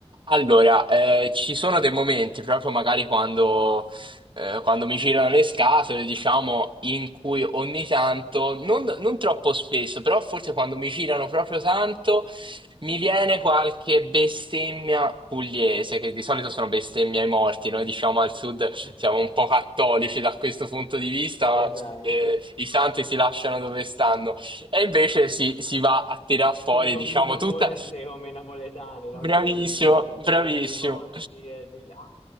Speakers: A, on the right (about 45°); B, on the left (about 70°).
A: Allora, eh, ci sono dei momenti, proprio magari quando, eh, quando mi girano le scatole, diciamo, in cui ogni tanto, non, non troppo spesso, però forse quando mi girano proprio tanto, mi viene qualche bestemmia pugliese, che di solito sono bestemmie ai morti. Noi diciamo al sud siamo un po' cattolici da questo punto di vista,
B: Esatto.
A: eh, i santi si lasciano dove stanno. E invece si, si va a tirar
B: È
A: fuori,
B: tutto
A: diciamo,
B: un chita
A: tutta.
B: muerte come i napoletani, no?
A: Bravissimo,
B: Che se offendi
A: bravissimo.
B: i morti e di là.